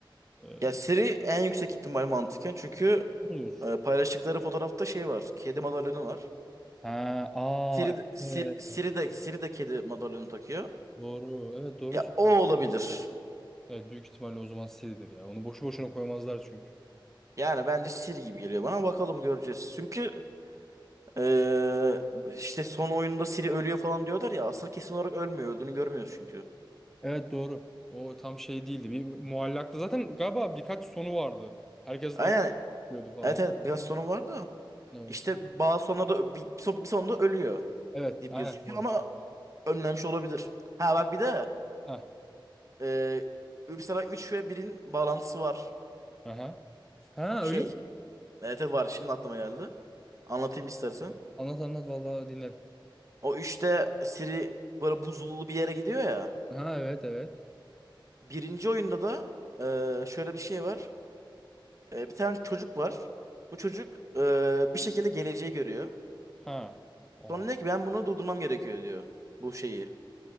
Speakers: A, in the centre; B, on the right.
A: Ee,
B: ya seri en yüksek ihtimal mantıken. Çünkü
A: ne diyorsun?
B: e, paylaştıkları fotoğrafta şey var. Kedi madalyonu var.
A: Ha, aa
B: Siri, Siri,
A: evet.
B: Siri de, Siri de kedi madalyonu takıyor.
A: Doğru. Evet doğru.
B: Ya
A: söylüyorsun.
B: o olabilir.
A: Evet büyük ihtimalle o zaman Siri'dir ya. Onu boşu boşuna koymazlar çünkü.
B: Yani bence Siri gibi geliyor bana. Bakalım göreceğiz. Çünkü eee, işte son oyunda Siri ölüyor falan diyorlar ya. Aslında kesin olarak ölmüyor. Öldüğünü görmüyoruz çünkü.
A: Evet doğru. O tam şey değildi. Bir muallaktı. Zaten galiba birkaç sonu vardı. Herkes
B: Aynen.
A: bak diyordu falan.
B: Evet evet biraz sonu var da.
A: Evet.
B: İşte bazı sonlarda ö- bir, son- bir sonunda ölüyor
A: Evet.
B: gibi
A: Aynen
B: gözüküyor
A: doğru.
B: ama ölmemiş olabilir. Ha bak bir de
A: Ha.
B: eee mesela 3 ve birin bağlantısı var.
A: Aha. Ha
B: Şey.
A: öyle mi?
B: Evet evet var. Şimdi aklıma geldi. Anlatayım istersen.
A: Anlat anlat vallahi dinlerim.
B: O üçte Siri böyle buzullu bir yere gidiyor ya.
A: Ha evet evet.
B: Birinci oyunda da e, şöyle bir şey var. E, bir tane çocuk var. Bu çocuk e, bir şekilde geleceği görüyor.
A: Ha. Aa.
B: Sonra diyor ki ben bunu durdurmam gerekiyor diyor. Bu şeyi.